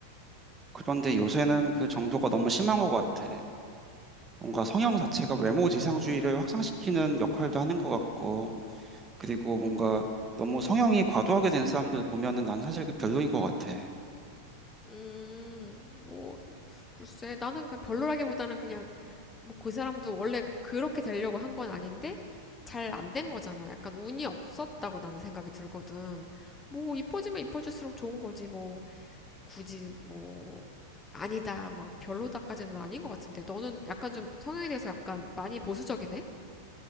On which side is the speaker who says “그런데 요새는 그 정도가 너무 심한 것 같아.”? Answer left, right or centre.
Right